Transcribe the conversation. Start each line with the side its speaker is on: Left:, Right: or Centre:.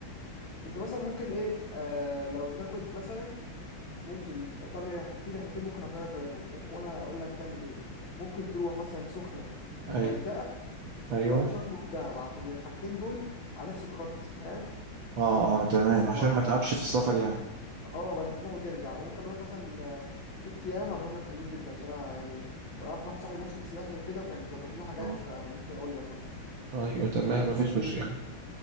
Left: انت مثلا ممكن ايه آه لو تاخد مثلا ممكن تعمل رح- في رحلتين ممكن اخيرك ما بينهم ممكن وانا اقول لك تعمل ايه ممكن تروح مثلا سخنة وغردقة
Right: أيوه أيوه
Left: او شرم ودهب عشان الحاجتين دول على نفس الخط فاهم
Right: آه آه تمام عشان
Left: و-
Right: ما تعبش في السفر يعني
Left: اه بدل ما تروح وترجع وممكن اعمل لك مثلا آه، ست ايام اعملهم لك حلوين جدا عشان انا يعني كان اعرف واحد صاحبي مرشد سياحي وكده وكان بيظبط لنا حاجات
Right: آه
Left: فممكن اقول لك مثلا
Right: أيوه تمام
Left: انت تحب
Right: مفيش مشكلة
Left: ايه